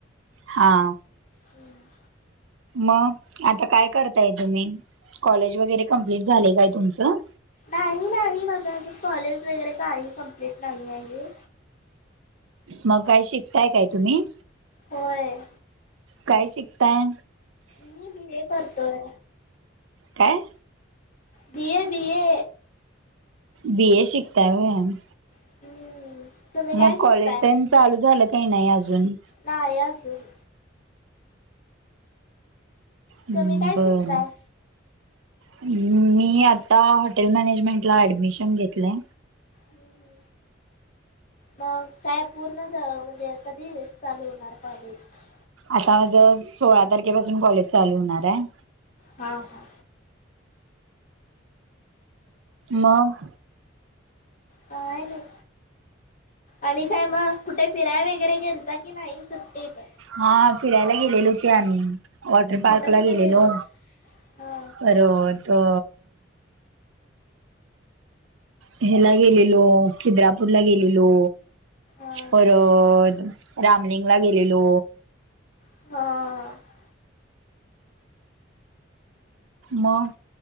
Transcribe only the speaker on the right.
हा.
मग आता काय करताय तुम्ही कॉलेज वगैरे कंप्लीट झालयं काय तुमचं?
मग काय शिकताय काय तुम्ही?
काय शिकताय?
काय?
बी ए शिकताय वय?
मग
कॉलेज तेन चालू झालं काय नाही अजून.
हम्म
बर.
अ मी आता हॉटेल मॅनेजमेंटला ऍडमिशन घेतलंय.
आता ज सोळा तारखेपासून कॉलेज चालू होणारयं.
मग.
हा फिरायला गेलेलो कि आम्ही वॉटर पार्कला
गेलेलो.
परत अ ह्यला गेलेलो खिद्रापूरला गेलेलो.
परत रामलिंगला गेलेलो.
मग